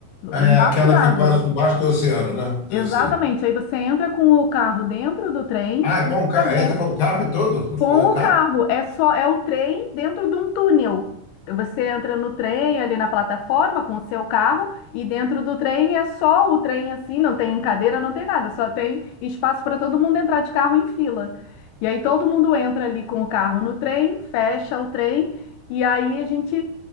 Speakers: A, on the left; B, on the left.
A: Ah,
B: embaixo
A: É aquela
B: d'água.
A: que passa debaixo do oceano, né?
B: Exatamente.
A: Eu sei.
B: Aí você entra com o carro dentro do trem
A: Ah, é
B: e
A: com, o ca-
B: atravessa
A: entra com o carro e tudo?
B: com
A: Com o
B: o
A: carro?
B: carro. É só é o trem dentro de um túnel. Você entra no trem ali na plataforma com o seu carro e dentro do trem é só o trem assim, não tem cadeira, não tem nada, só tem espaço para todo mundo entrar de carro em fila. E aí todo mundo entra ali com o carro no trem, fecha o trem e aí a gente